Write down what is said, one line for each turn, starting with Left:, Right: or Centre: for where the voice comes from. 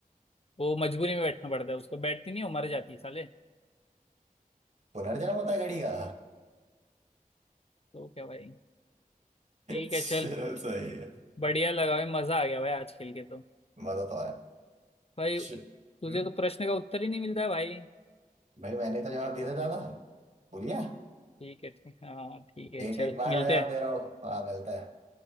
Left: वो मजबूरी में बैठना पड़ता है उसको बैठती नहीं वो मर जाती है साले
Right: पुनर्जन्म होता है घड़ी का
Left: तो क्या भाई ठीक
Right: चल,
Left: है चल
Right: सही है
Left: बढ़िया लगा भाई मजा आ गया भाई आज खेल के तो
Right: मजा तो आया
Left: भाई
Right: श-
Left: तुझे
Right: हम्म
Left: तो प्रश्न का उत्तर ही नहीं मिलता है भाई
Right: भाई मैंने तो जवाब दिया था दादा भूल गया
Left: ठीक है ठीक हाँ ठीक है
Right: एक
Left: चल
Right: एक बार
Left: मिलते
Right: में जवाब
Left: हैं
Right: दे रहा हो हाँ मिलता है